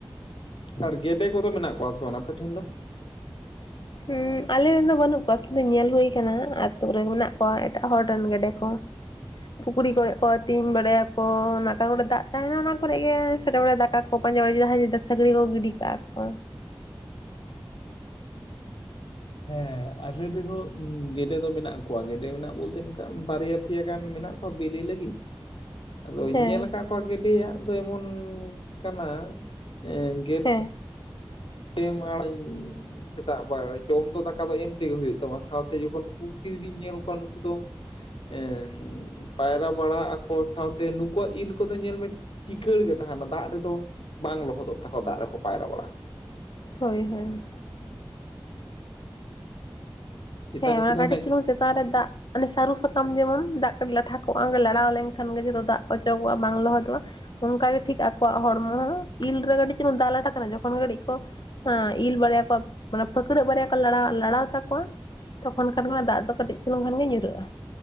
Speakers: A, on the left; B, on the left.
A: ᱟᱨ ᱜᱮᱰᱮ ᱠᱚᱫᱚ ᱢᱮᱱᱟᱜ ᱠᱚᱣᱟ ᱥᱮ ᱵᱟᱝ ᱟᱯᱮ ᱴᱷᱮᱱ ᱫᱚ?
B: ᱦᱮᱸ ᱟᱞᱮ ᱨᱮᱱ ᱫᱚ ᱵᱟᱹᱱᱩᱜ ᱠᱚᱣᱟ, ᱠᱤᱱᱛᱩ ᱧᱮᱞ ᱦᱩᱭ ᱠᱟᱱᱟ ᱟᱛᱳ ᱨᱮ ᱢᱮᱱᱟᱜ ᱠᱚᱣᱟ ᱮᱴᱟᱜ ᱦᱚᱲ ᱨᱮᱱ ᱜᱮᱰᱮ ᱠᱚ᱾ ᱯᱩᱠᱷᱨᱤ ᱠᱚᱨᱮᱜ ᱠᱚ ᱟᱛᱤᱧ ᱵᱟᱲᱟᱭᱟ ᱠᱚ᱾ ᱚᱱᱟ ᱚᱠᱟ ᱠᱚᱨᱮ ᱫᱟᱜ ᱛᱟᱦᱮᱸᱱᱟ ᱚᱱᱟ ᱠᱚᱨᱮ ᱜᱮ ᱥᱮᱰᱮ ᱵᱮᱰᱮ ᱫᱟᱠᱟ ᱠᱚ ᱯᱟᱸᱡᱟ ᱵᱟᱲᱟᱭᱟ ᱡᱟᱦᱟᱸᱭ ᱡᱩᱫᱤ ᱥᱟᱠᱲᱤ ᱠᱚ ᱜᱤᱰᱤ ᱠᱟᱜᱼᱟ ᱠᱚ᱾
A: ᱦᱮᱸ ᱟᱞᱮ ᱨᱮᱦᱚᱸ ᱜᱮᱰᱮ ᱫᱚ ᱢᱮᱱᱟᱜ ᱠᱚᱣᱟ, ᱜᱮᱰᱮ ᱢᱮᱱᱟᱜ ᱵᱚᱞᱛᱮ ᱱᱚᱝᱠᱟ ᱵᱟᱨᱭᱟ ᱯᱮᱭᱟ ᱜᱟᱱ ᱢᱮᱱᱟᱜ ᱠᱚᱣᱟ ᱵᱮᱞᱮ ᱞᱟᱹᱜᱤᱫ᱾ ᱟᱫᱚᱧ
B: ᱦᱮᱸ
A: ᱧᱮᱞ ᱠᱟᱫ ᱠᱚᱣᱟ ᱜᱮᱰᱮᱭᱟᱜ ᱫᱚ ᱮᱢᱚᱱ ᱠᱟᱱᱟ, ᱮᱸᱻ
B: ᱦᱮᱸ
A: ᱮᱢ ᱟᱲᱤᱧ ᱥᱮᱛᱟᱜ ᱵᱟᱲᱟ ᱨᱮ ᱡᱚᱢ ᱫᱚ ᱫᱟᱠᱟ ᱫᱚ ᱮᱢ ᱛᱮᱜᱮ ᱦᱩᱭᱩᱜ ᱛᱟᱢᱟ ᱥᱟᱶᱛᱮ ᱡᱚᱠᱷᱚᱱ ᱯᱩᱠᱷᱨᱤ ᱨᱤᱧ ᱧᱮᱞ ᱠᱚᱣᱟ ᱱᱩᱠᱩ ᱫᱚ ᱮᱻ ᱯᱟᱭᱨᱟ ᱵᱟᱲᱟᱜ ᱟᱠᱚ ᱥᱟᱶᱛᱮ ᱱᱩᱠᱩᱣᱟᱜ ᱤᱞ ᱠᱚ ᱫᱚ ᱧᱮᱞ ᱢᱮ ᱪᱤᱠᱟᱹᱲ ᱜᱮ ᱛᱟᱦᱮᱱᱟ, ᱫᱟᱜ ᱨᱮᱫᱚ ᱵᱟᱝ ᱞᱚᱦᱚᱫᱚᱜ ᱛᱟᱠᱚᱣᱟ ᱫᱟᱜ ᱨᱮᱠᱚ ᱯᱟᱭᱨᱟ ᱵᱟᱲᱟ
B: ᱦᱳᱭ ᱦᱳᱭ᱾
A: ᱪᱮᱛᱟᱱ
B: ᱦᱮᱸ
A: ᱱᱩᱠᱩ
B: ᱚᱱᱟ
A: ᱫᱚ
B: ᱠᱟᱹᱴᱤᱡ
A: ᱦᱟᱱᱮ
B: ᱪᱩᱞᱩᱝ ᱪᱮᱛᱟᱱ ᱨᱮ ᱫᱟᱜ ᱦᱟᱱᱮ ᱥᱟᱹᱨᱩ ᱥᱟᱠᱟᱢ ᱡᱮᱢᱚᱱ ᱫᱟᱜ ᱠᱟᱹᱴᱤᱡ ᱞᱟᱴᱷᱟ ᱠᱚᱜᱼᱟ, ᱞᱟᱲᱟᱣ ᱞᱮᱱᱠᱷᱟᱱ ᱜᱮ ᱡᱷᱚᱛᱚ ᱫᱟᱜ ᱠᱚ ᱚᱪᱚᱜᱚᱜᱼᱟ ᱵᱟᱝ ᱞᱚᱦᱚᱫᱚᱜᱼᱟ᱾ ᱚᱱᱠᱟᱜᱮ ᱴᱷᱤᱠ ᱟᱠᱚᱣᱟᱜ ᱦᱚᱲᱢᱚ ᱦᱚᱸ, ᱤᱞ ᱨᱮ ᱠᱟᱹᱴᱤᱡ ᱪᱩᱞᱩᱝ ᱫᱟᱜ ᱞᱟᱴᱷᱟᱜ ᱠᱟᱱᱟ ᱡᱚᱠᱷᱚᱱ ᱜᱮ ᱠᱟᱹᱴᱤᱡ ᱠᱚ ᱦᱮᱸ, ᱤᱞ ᱵᱟᱨᱭᱟ ᱠᱚ ᱢᱟᱱᱮ ᱯᱷᱟᱹᱠᱲᱟᱹᱜ ᱵᱟᱨᱭᱟ ᱠᱚ ᱞᱟᱲᱟᱣ ᱞᱟᱲᱟᱣ ᱛᱟᱠᱚᱣᱟ ᱛᱚᱠᱷᱚᱱ ᱠᱷᱟᱱ ᱜᱮ ᱚᱱᱟ ᱫᱟᱜ ᱫᱚ ᱠᱟᱹᱴᱤᱡ ᱪᱩᱞᱩᱝ ᱠᱷᱟᱱᱜᱮ ᱧᱩᱨᱟᱹᱜᱼᱟ᱾